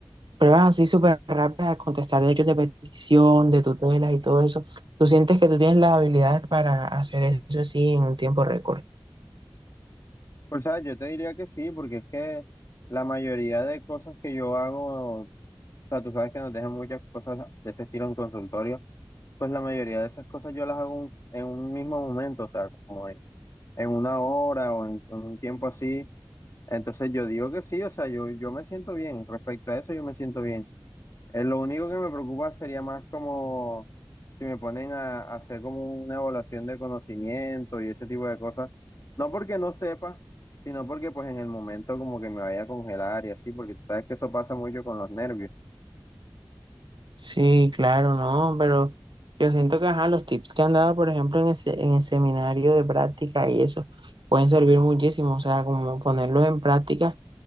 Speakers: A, on the right; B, on the left.
A: pruebas así súper rápidas, a contestar derechos de petición, de tutelas y todo eso. ¿Tú sientes que tú tienes las habilidades para hacer eso así en un tiempo récord?
B: Pues, o sea, yo te diría que sí, porque es que la mayoría de cosas que yo hago O sea, tú sabes que nos dejan muchas cosas de ese estilo en consultorio. Pues la mayoría de esas cosas yo las hago un- en un mismo momento, o sea, como en, en una hora o en, en un tiempo así. Entonces yo digo que sí, o sea, yo, yo me siento bien. Respecto a eso, yo me siento bien. Eh, lo único que me preocupa sería más como si me ponen a, a hacer como una evaluación de conocimiento y ese tipo de cosas. No porque no sepa, sino porque pues en el momento como que me vaya a congelar y así, porque tú sabes que eso pasa mucho con los nervios.
A: Sí, claro, no, pero yo siento que ajá, los tips que han dado, por ejemplo, en ese- en el seminario de práctica y eso, pueden servir muchísimo, o sea, como ponerlo en práctica,